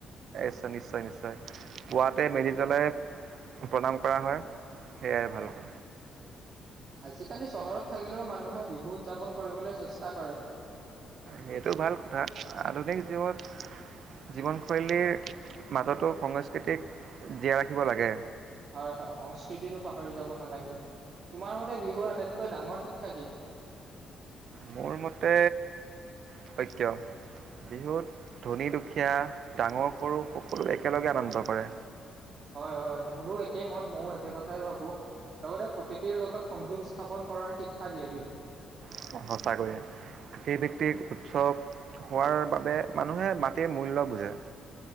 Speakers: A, on the right; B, on the right.
A: শ্চয় নিশ্চয় নিশ্চয় পুৱাতে মেজি জ্বলাই প্ৰণাম কৰা হয় সেইয়াই ভালক
B: আজিকালি চহৰত থাকিলেও মানুহে বিহু উদযাপন কৰিবলৈ চেষ্টা কৰে
A: সেইটো ভাল কথা আধুনিক জীৱন জীৱনশৈলীৰ মাজতো সংস্কৃতিক জীয়াই ৰাখিব লাগে
B: হয় সংস্কৃতিটো পাহৰি যাব নালাগে তোমাৰ মতে বিহুৰ আটাইতকৈ ডাঙৰ শিক্ষা কি
A: মোৰ মতে সত্য বিহুত ধনী দুখীয়া ডাঙৰ সৰু সকলো একেলগে আনন্দ কৰে
B: হয় হয় মোৰো এক মত ময়ো একে কথাই ভাবো লগতে প্ৰকৃতিৰ লগত সংযোগ স্থাপন কৰাৰ শিক্ষা দিয়ে বিষে
A: সঁচাকৈয়ে সেই ভিতিক উৎসৱ হোৱাৰ বাবে মানুহে মাটিৰ মূল্য বুজে